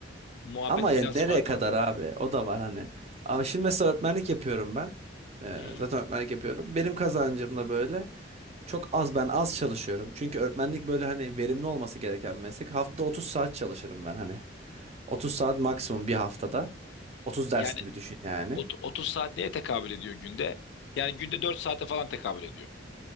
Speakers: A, on the left (about 65°); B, on the right (about 35°).
A: muhabbeti
B: Ama ya
A: biraz
B: nereye
A: farklı.
B: kadar abi? O da var hani. Abi şimdi mesela öğretmenlik yapıyorum ben. Ee,
A: Hı hı.
B: zaten öğretmenlik yapıyorum. Benim kazancım da böyle. Çok az ben az çalışıyorum. Çünkü öğretmenlik böyle hani verimli olması gereken bir meslek. Haftada 30 saat çalışırım ben hani. 30 saat maksimum bir haftada. 30 ders
A: Yani
B: gibi düşün yani.
A: ot- 30 saat neye tekabül ediyor günde? Yani günde 4 saate falan tekabül ediyor.